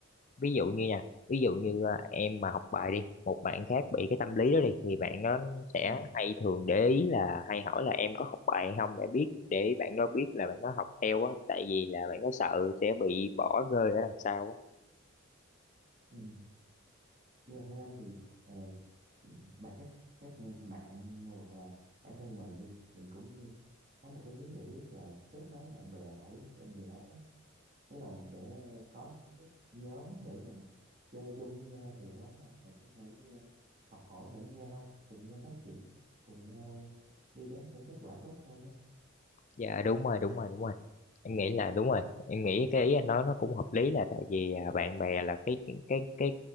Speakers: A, on the left (about 40°); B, on the right (about 40°).
A: ví dụ như nha ví dụ như à, em mà học bài đi một bạn khác bị cái tâm lý đó đi thì bạn nó sẽ
B: ừ.
A: hay thường để ý là hay hỏi là em có học bài hay không để biết để bạn nó biết là bạn nó học theo á tại vì là bạn nó sợ sẽ bị bỏ rơi ở đằng sau á
B: Ừ. nhưng mà theo anh thì ờ, bạn các các bạn hoặc là bản thân mình đi mình cũng có một cái hướng giải quyết là kết nối bạn bè lại giống như em vừa nói đó tức là mình sẽ có một cái group nhóm để mình chơi chung với nhau từ đó là mình có thể ờ, học hỏi lẫn nhau cùng nhau phát triển cùng nhau đi đến với kết quả tốt hơn á.
A: dạ đúng rồi đúng rồi đúng rồi em nghĩ là đúng rồi em nghĩ cái ý anh nói nó cũng hợp lý là tại vì à, bạn bè là cái cái cái